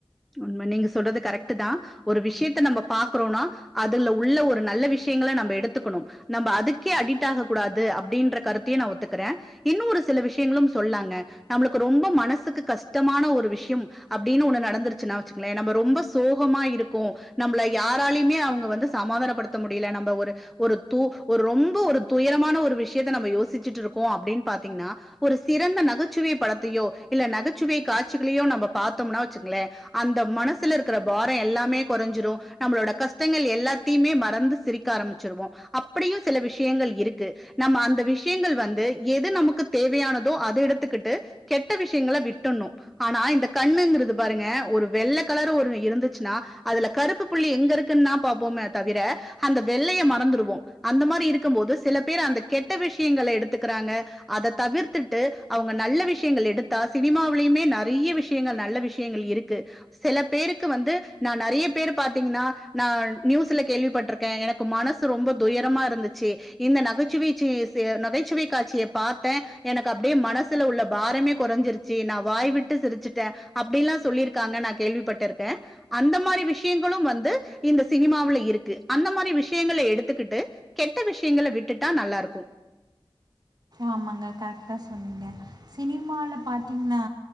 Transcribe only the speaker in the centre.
உண்ம நீங்க சொல்றது கரெக்ட் தான் ஒரு விஷயத்த நம்ம பாக்குறோம்னா அதுல உள்ள ஒரு நல்ல விஷயங்க நம்ம எடுத்துக்கணும் நம்ம அதுக்கே அடிக்ட் ஆக கூடாது அப்டின்ற கருத்தையும் நான் ஒத்துக்கறேன் இன்னும் ஒரு சில விஷயங்களும் சொல்லாங்க நம்மளுக்கு ரொம்ப மனசுக்கு கஷ்டமான ஒரு விஷயம் அப்டின்னு ஒன்னு நடந்துருச்சு சுனா வெச்சுக்கோங்களே நம்ம ரொம்ப சோகமா இருக்கும் நம்மள யாராலையுமே அவங்க வந்து சமாதானப்படுத்த முடியல நம்ம ஒரு ஒரு தொ ஒரு ரொம்ப ஒரு துயரமான ஒரு விஷயத்த நம்ம யோசிச்சுட்டு இருக்கோம் அப்டின்னு பாத்தீங்கன்னா ஒரு சிறந்த நகைச்சுவை படத்தையோ இல்ல நகைச்சுவை காட்சிகளையோ நம்ம பாத்தோம்னா வச்சுக்கங்களே அந்த மனசுல இருக்கிற பாரம் எல்லாமே குறைஞ்சிறும் நம்மளோட கஷ்டங்கள் எல்லாத்தையுமே மறந்து சிரிக்க ஆரம்பிச்சிருவோம் அப்டியும் சில விஷயங்கள் இருக்கு நம்ம அந்த விஷயங்கள் வந்து எது நமக்கு தேவையானதோ அதை எடுத்துக்கிட்டு கெட்ட விஷயங்கள விட்டுணும் ஆனா இந்த கண்ணுங்கிறது பாருங்க ஒரு வெள்ளை கலரு ஒரு இருந்துச்சுன்னா அதுல கருப்பு புள்ளி எங்க இருக்குன்னா பாப்போம தவிர அந்த வெள்ளைய மறந்துடுவோம் அந்த மாரி இருக்கும் போது சில பேர் அந்த கெட்ட விஷயங்க எடுத்துக்கிறாங்க அத தவிர்த்துட்டு அவங்க நல்ல விஷயங்கள் எடுத்தா சினிமாவிலயுமே நிறைய விஷயங்கள் நல்ல விஷயங்கள் இருக்கு சில பேருக்கு வந்து நான் நெறைய பேரு பாத்தீங்கன்னா நான் நியூஸ்ல கேள்விப்பட்டிருக்கேன் எனக்கு மனசு ரொம்ப துயரமா இருந்துச்சு இந்த நகைச்சுவை நகைச்சுவை காட்சியை பாத்தேன் எனக்கு அப்டியே மனசுல உள்ள பாரமே குறைஞ்சிருச்சு நான் வாய் விட்டு சிரிச்சுட்டேன் அப்டில்லாம் சொல்லியிருக்காங்க நான் கேள்விப்பட்டிருக்கேன் அந்த மாரி விஷயங்களும் வந்து இந்த சினிமாவில இருக்கு அந்த மாரி விஷயங்க எடுத்துக்கிட்டு கெட்ட விஷயங்கள விட்டுட்டா நல்லா இருக்கும்